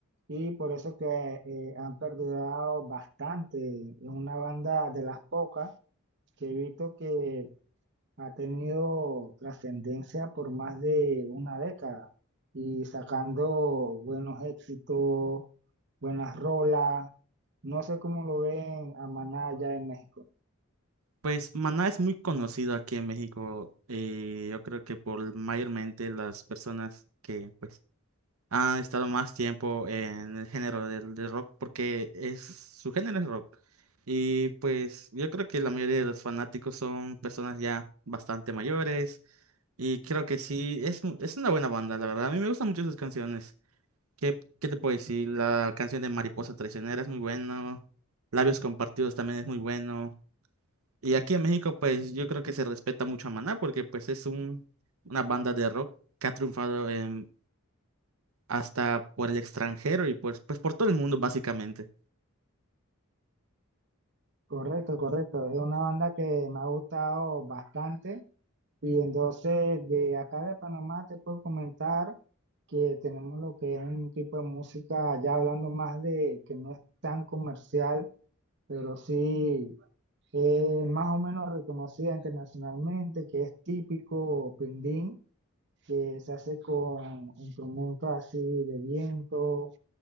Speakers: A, on the right; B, on the right.
A: y por eso que eh, han perdurado bastante. Es una banda de las pocas que he visto que ha tenido trascendencia por más de una década y sacando buenos éxitos, buenas rolas. No sé cómo lo ven a Maná allá en México.
B: Pues Maná es muy conocido aquí en México. eh, yo creo que por mayormente las personas que pues han estado más tiempo en el género del, del rock, porque es su género es rock. Y pues yo creo que la mayoría de los fanáticos son personas ya bastante mayores. Y creo que sí, es, mu- es una buena banda, la verdad. A mí me gustan mucho sus canciones. ¿Qué, qué te puedo decir? La canción de Mariposa Traicionera es muy buena. Labios Compartidos también es muy bueno. Y aquí en México, pues yo creo que se respeta mucho a Maná porque pues es un, una banda de rock que ha triunfado en- hasta por el extranjero y pues, pues por todo el mundo básicamente.
A: Correcto, correcto. Es una banda que me ha gustado bastante. Y entonces de acá de Panamá te puedo comentar que tenemos lo que es un tipo de música, ya hablando más de que no es tan comercial, pero sí es más o menos reconocida internacionalmente, que es típico pindín, que se hace con instrumentos así de viento